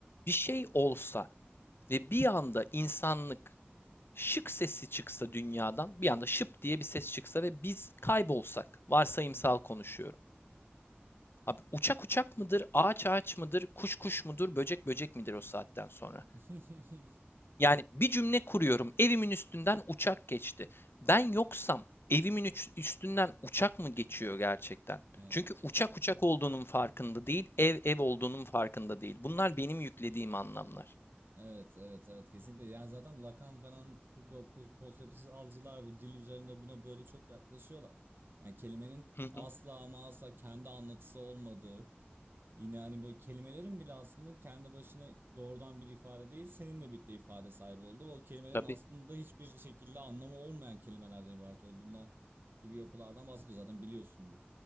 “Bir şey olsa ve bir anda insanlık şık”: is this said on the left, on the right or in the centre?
Left